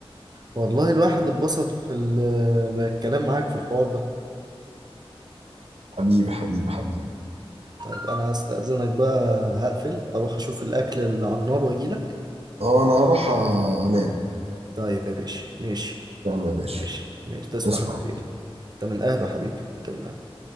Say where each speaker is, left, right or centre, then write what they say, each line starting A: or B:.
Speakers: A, on the right (about 45°); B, on the right (about 85°).
A: والله الواحد اتبسط في ال- بالكلام معاك في الحوار ده
B: حبيبي حبيبي حبيبي
A: طيب انا هستأذنك بقى هقفل اروح اشوف الاكل اللي على النار واجيلك
B: اه انا هروح انام
A: طيب يا باشا ماشي
B: يا عم يا باشا
A: ماشي ماشي تصبح
B: تسمع
A: على خير انت من اهله حبيبي انت من أهله.